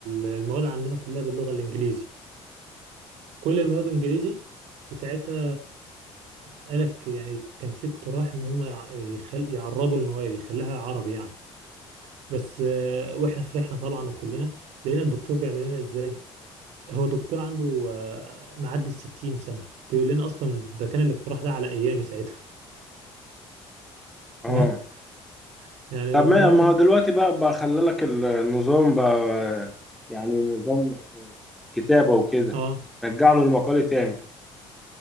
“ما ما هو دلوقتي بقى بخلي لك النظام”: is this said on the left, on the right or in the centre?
Centre